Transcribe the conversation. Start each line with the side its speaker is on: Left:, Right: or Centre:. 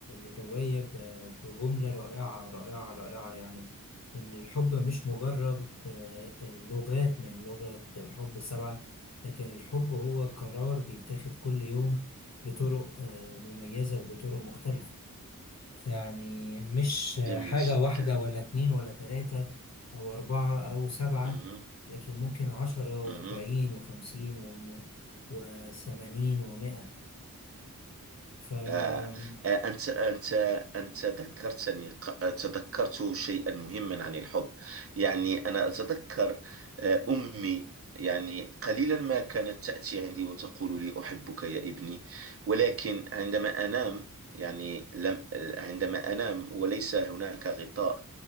Left: الرواية ب- بجملة رائعة رائعة رائعة يعني إن الحب مش مجرد آه، لغات من لغة الحب سبعة لكن الحب هو قرار بيتاخد كل يوم بطرق آه، مميزة وبطرق مختلفة يعني مش آه،
Right: جميل
Left: حاجة
Right: جدا
Left: واحدة ولا اتنين ولا تلاتة أو أربعة أو سبعة
Right: مم.
Left: لكن ممكن عشرة وأربعين
Right: مم.
Left: وخمسين وم- وثمانين ومئة فأكيد
Right: آه. آه. أنت أنت أنت ذكرتني ق- آه، تذكرت شيئا مهما عن الحب يعني أنا أتذكر آه، أمي يعني قليلا ما كانت تأتي عندي وتقول لي أحبك يا ابني ولكن عندما أنام يعني لم عندما أنام وليس هناك غطاء